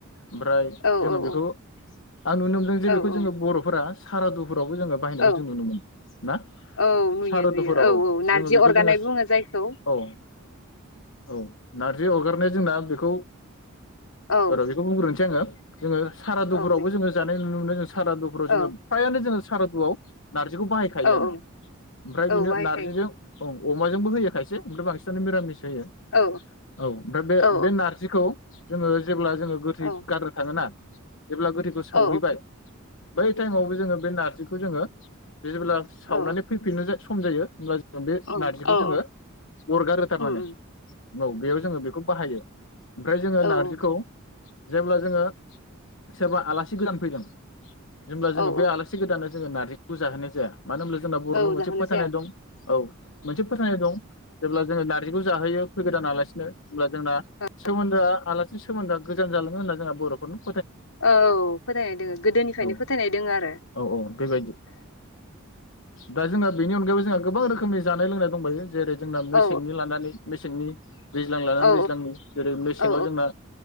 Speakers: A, on the left; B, on the left.
A: ओमफ्राय
B: औ
A: जोङो
B: औ
A: बेखौ आं नुनो मोन्दों जे
B: औ
A: बेखौ
B: औ
A: जोङो बरफोरा सारा दुख फोरावबो जो बायहायख
B: औ
A: जों नुनो मोन ना
B: औ नुयो
A: सारदुफोराव
B: नुयो
A: औ
B: नारजि
A: जोङो बेखौ
B: अरगानाय
A: जोङो
B: बुङो जायखौ
A: औ औ नारजि हगारनाया जोंना बेखौ
B: औ
A: र बिखौ बुंग्रोनोसै आङो <inaudible> जोङो सारादुफोरावबो
B: औ दे
A: जोङो जानाय नुनो मोनो साराव
B: औ
A: जोङो फ्राइयानो जोंङो सारादुआव नार्जिखौ बाहायखायोआनो
B: औ औ
A: ओमफ्राय
B: औ
A: बेनो
B: बाहायखायो
A: नार्जिजों औ अमाजोंबो होयो खायस ओमफ्राय बांसिनानो मिरानिस होयो
B: औ
A: औ ओमफ्राय बे
B: औ
A: बे नारजिखौ जोङो जेब्ला जोङो गोथै
B: औ
A: गारनो थाङोना <unintelligible> जेब्ला गोथैखौ सावहैबाय
B: औ
A: बै टाइमावबो जोङो बे नारजिख खौ जोङो जेब्ला आं सावनानै
B: औ
A: फैफिननो जा सम जायो हब्ला बे
B: औ
A: नार्जिखौ
B: औ
A: जोङो
B: औ
A: अरगारो थारमाने
B: उम उम
A: औ बेयाव जोङो बेखौ बाहायो ओमफ्राय जोङो
B: औ
A: नारजिखौ जेब्ला जोङो सोरबा आलासि गोदान फैदों। जेब्ला जोङो
B: औ औ
A: बे आलासि गोदाननो <inaudible> <inaudible> मानो होनब्ला जोंना बर'नाव
B: औ
A: मोनसे
B: जाहोनाय
A: फोथायनाय
B: जाया
A: दं औ मोनसे फोथायनाय दं। जेब्ला जोङो नारजिखौ जाहोयो फैगोदान आलासिनो होमब्ला जोंना
B: औ
A: सोमोन्दोआ आला सोमोन्दोआ गोजान जालाङो होनना जोंहा बर'फोरनो -'
B: औ फोथायनाय दोङो गोदोनिफ्रायनो
A: औ
B: फोथायनाय दोङो आरो।
A: औ औ <unintelligible> दा जोंना बेनि अनगायै जोंहा गोबां रोखोमनि जानाय-लोंनाय दंबायो। जेरै जोंना
B: औ
A: मेसेंनि लानानै मेसेंनि दैज्लां लानानै
B: औ
A: दैज्लांनि जेरै मेसेङाव
B: औ
A: जोंना